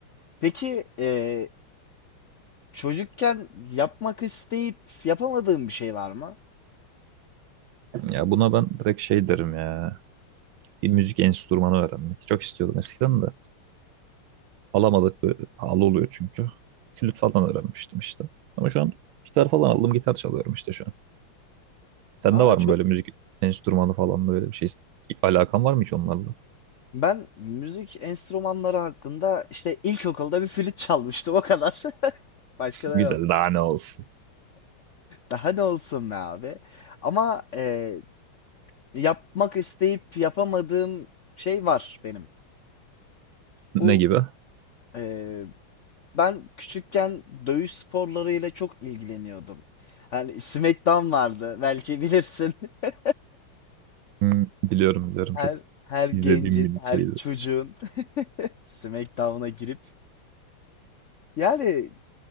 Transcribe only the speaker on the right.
Ya buna ben direkt şey derim ya. Bir müzik enstrümanı öğrenmek. Çok istiyordum eskiden de. Alamadık. Böyle pahalı oluyor çünkü. Flüt falan öğrenmiştim işte. Ama şu an gitar falan aldım. Gitar çalıyorum işte şu an. Sende
var
mı böyle müzik
enstrümanı falan böyle bir şey? Alakan var mı hiç onlarla? <laughs>
Güzel
daha ne olsun.
Ne
gibi?
Hmm, biliyorum biliyorum
çok
izlediğim bir şeydi.